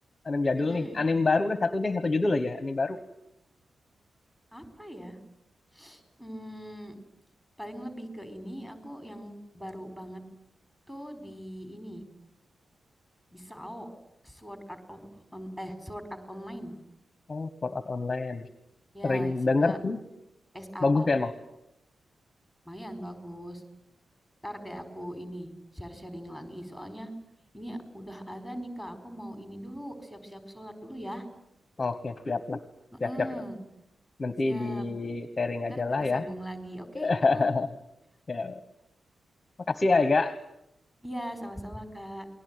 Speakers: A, on the left; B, in the centre.
A: anim jadul
B: mm-mm.
A: nih anim baru udah satu deh satu judul aja anim baru
B: Apa ya? Hmm, paling lebih ke ini aku yang baru banget tuh di ini. Bisao, Sword Art of, on- eh Sword Art Online.
A: oh Sword Art Online
B: Ya,
A: sering
B: si
A: denger
B: Kak
A: sih
B: SAO
A: bagus ya emang
B: lumayan bagus. Ntar deh aku ini share-sharing lagi soalnya ini udah ada nih Kak. Aku mau ini dulu siap-siap sholat dulu ya.
A: oke siap lah
B: Heeh,
A: siap siap nanti
B: siap.
A: di sharing
B: Ntar
A: aja
B: kita
A: lah
B: sambung
A: ya.
B: lagi, oke?
A: <laughs>
B: Heeh.
A: Ya, makasih ya Ega
B: Iya, sama-sama Kak.